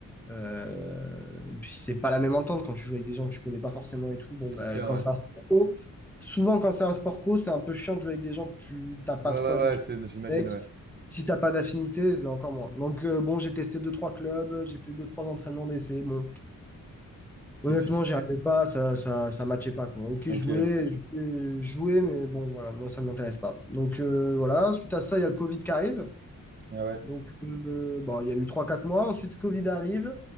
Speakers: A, in the centre; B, on the right.
A: euh, puis c'est pas la même entente quand tu joues avec des gens que tu connais pas forcément et tout. Bon,
B: c'est
A: ben,
B: clair,
A: quand
B: ouais.
A: c'est un sport co, souvent quand c'est un sport co, c'est un peu chiant de jouer avec des gens que tu t'as pas
B: Ouais,
A: trop
B: ouais,
A: l'habitude.
B: ouais, c'est, j'imagine,
A: avec.
B: ouais.
A: Si t'as pas d'affinité, c'est encore moins. Donc euh, bon, j'ai testé deux, trois clubs, j'ai fait deux, trois entraînements d'essai. Bon, honnêtement,
B: Et puis, c'est-
A: j'y arrivais pas, ça, ça, ça matchait pas, quoi. Ok,
B: ok,
A: jouer,
B: ouais,
A: jouer, jouer, mais bon, voilà, moi, ça m'intéresse pas. Donc euh, voilà, suite à ça, il y a le Covid qui arrive.
B: ouais.
A: Donc euh, bon, il y a eu trois, quatre mois. Ensuite, Covid arrive.